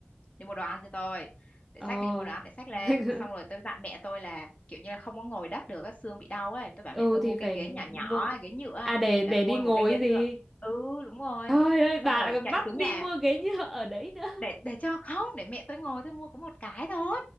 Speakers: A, on the left; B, in the centre.
A: đi mua đồ ăn cho tôi để
B: ờ
A: xách đi mua đồ ăn để xách
B: <laughs>
A: lên xong rồi tôi dặn mẹ tôi là kiểu như là không có ngồi đất được á xương bị đau ấy tôi bảo
B: ừ
A: mẹ tôi
B: thì
A: mua cái
B: phải
A: ghế nhỏ nhỏ
B: mua
A: á, ghế nhựa á,
B: à để
A: là
B: để
A: mua
B: đi ngồi
A: một cái ghế được
B: gì
A: ừ đúng rồi
B: ơi ơi
A: xong
B: bà
A: rồi
B: lại còn
A: chạy
B: bắt
A: xuống nhà
B: đi mua ghế nhựa ở đấy nữa
A: để để cho không để mẹ tôi ngồi tôi mua có một cái thôi